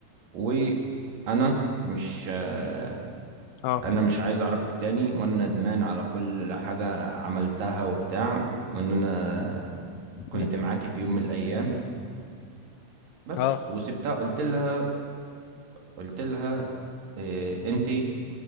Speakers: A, on the right (about 75°); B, on the left (about 75°).
A: وانا مش آه،
B: اه
A: انا مش عايز اعرفك تاني وانا ندمان على كل حاجة عملتها وبتاع وان انا كنت
B: مم.
A: معاكي في يوم من الايام بس
B: اه
A: وسبتها قلت لها قلت لها انت